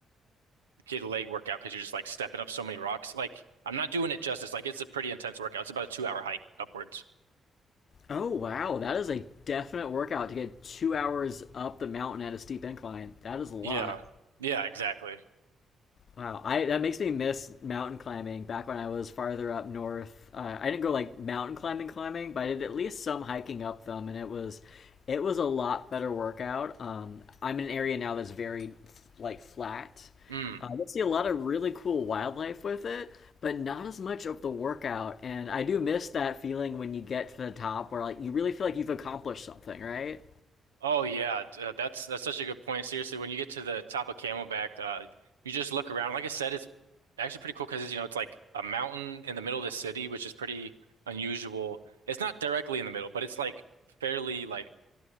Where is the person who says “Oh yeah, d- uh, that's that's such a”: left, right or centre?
Right